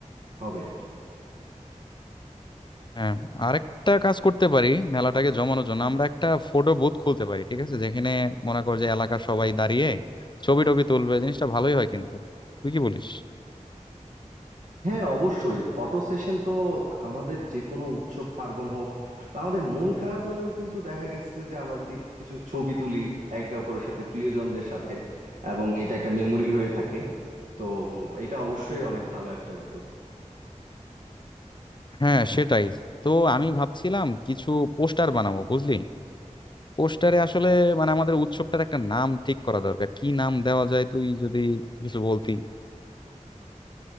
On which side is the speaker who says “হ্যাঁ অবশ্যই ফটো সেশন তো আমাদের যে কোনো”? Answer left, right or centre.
Right